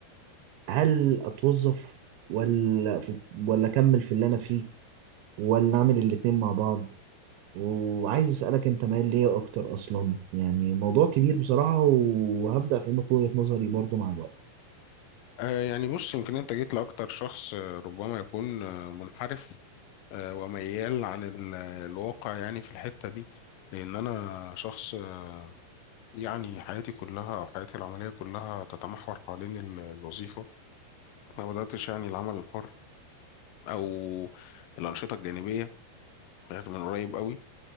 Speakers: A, on the right (about 85°); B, on the left (about 85°).
A: هل اتوظف ولا في ولا اكمل في اللي انا فيه ولا اعمل الاتنين مع بعض وعايز اسالك انت مايل ليه اكتر اصلا يعني موضوع كبير بصراحه وهبدا افهمك وجهه نظري برضو مع الوقت
B: آه، يعني بص يمكن انت جيت لاكتر شخص آه، ربما يكون آه، منحرف آه، وميال عن ال- الواقع يعني في الحتة دي لان انا شخص آه، يعني حياتي كلها او حياتي العملية كلها تتمحور حوالين ال- الوظيفة ما بدأتش يعني العمل الحر او الأنشطة الجانبية غير من قريب قوي